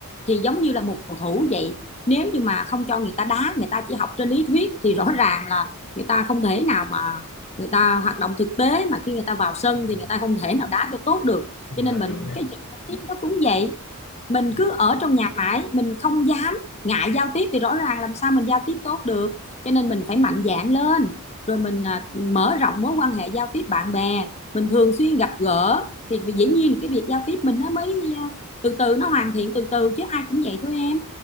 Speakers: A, on the left; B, on the left.
A: thì giống như là một cầu thủ vậy nếu như mà không cho người ta đá người ta chỉ học trên lý thuyết thì rõ ràng là người ta không thể nào mà người ta hoạt động thực tế mà khi người ta vào sân
B: Ừ.
A: thì người ta không thể nào đá cho tốt được
B: Vâng,
A: cho nên mình
B: đúng rồi ạ.
A: cái chữ giao tiếp nó cũng vậy mình
B: Ừ.
A: cứ ở trong nhà mãi mình không dám ngại giao tiếp thì rõ ràng làm sao mình giao tiếp tốt được cho nên mình phải mạnh dạn lên rồi mình à, mở rộng mối quan hệ giao tiếp bạn bè mình thường xuyên gặp gỡ thì vì dĩ nhiên cái việc giao tiếp mình nó mới ờ, từ từ nó hoàn thiện từ từ chứ ai cũng vậy thôi em